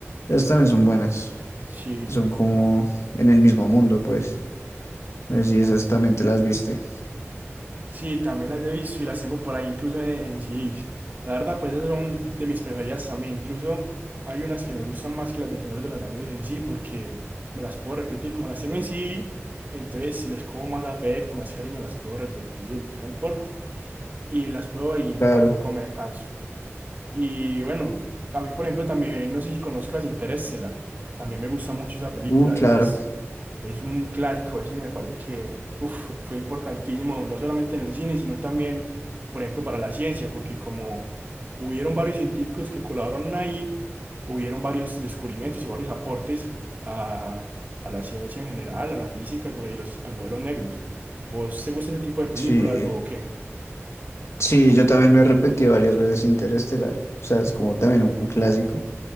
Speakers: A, on the left; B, on the right.
A: Esas
B: Uf,
A: también son buenas,
B: sí.
A: que son como en el mismo mundo, pues. No sé si esas también te las viste.
B: Sí, también las he visto y las tengo por ahí, incluso en, en CDs. La verdad, pues esas son de mis preferidas también. Incluso hay unas que me gustan más que las del Señor de los Anillos en sí, porque me las puedo repetir. Como las tengo en CD, entonces si les cojo más afecto, más cariño, las puedo repetir, no importa. Y las puedo ver y
A: Claro.
B: tampoco me canso. Y bueno, a mí, por ejemplo, también, no sé si conozcas Interestelar. También me gusta mucho esa película.
A: Uh, claro.
B: Es es un clásico del cine, me parece que uf, fue importantísimo, no solamente en el cine, sino también, por ejemplo, para la ciencia, porque como hubieron varios científicos que colaboraron ahí, hubieron varios descubrimientos y varios aportes a, a la ciencia en general, a la física, sobre los agujeros negros. ¿Vos te gusta ese tipo de películas
A: Sí.
B: o qué?
A: Sí, yo también me he repetido varias veces Interestelar. O sea, es como también un clásico.